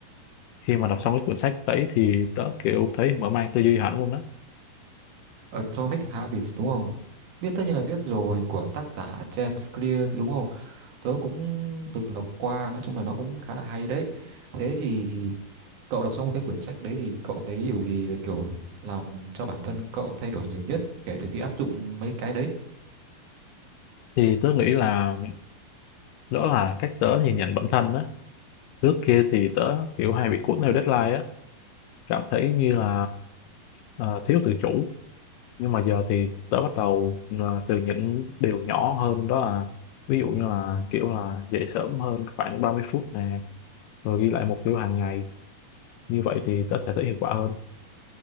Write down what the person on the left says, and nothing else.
khi mà đọc xong cái quyển sách đấy thì tớ kiểu thấy mở mang tư duy hẳn luôn đó
thì tớ nghĩ là đó là cách tớ nhìn nhận bản thân đó trước kia thì tớ kiểu hay bị cuốn theo deadline á cảm thấy như là ờ, thiếu tự chủ nhưng mà giờ thì tớ bắt đầu à, từ những điều nhỏ hơn đó là ví dụ như là kiểu là dậy sớm hơn khoảng 30 phút nè rồi ghi lại mục tiêu hàng ngày như vậy thì tớ sẽ thấy hiệu quả hơn